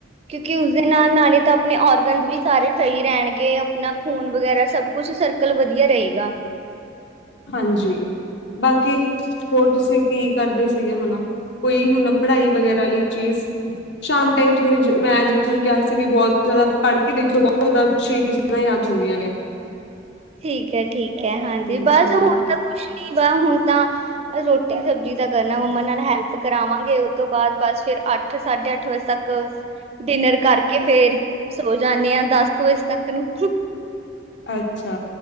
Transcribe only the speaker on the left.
ਹਾਂਜੀ। ਬਾਕੀ, ਹੋਰ ਤੁਸੀਂ ਕੀ ਕਰਦੇ ਸੀਗੇ ਹੁਣਾ? ਕੋਈ ਹੁਣ ਪੜਾਈ ਵਗੈਰਾ ਲਈ ਚੀਜ਼। ਸ਼ਾਮ ਟਾਈਮ ਤੁਹਾਨੂੰ ਮੈਂ ਜਦੋਂ ਤੁਹਾਨੂੰ ਕਿਹਾ ਸੀ ਵੀ ਬਹੁਤ ਜ਼ਿਆਦਾ, ਪੜ ਕੇ ਦੇਖਿਓ ਬਹੁਤ ਜ਼ਿਆਦਾ ਛੇਤੀ ਛੇ- ਗੱਲਾ ਯਾਦ ਚ ਹੁੰਦੀਆਂ ਨੇ।
ਹੂੰ,
ਅੱਛਾ।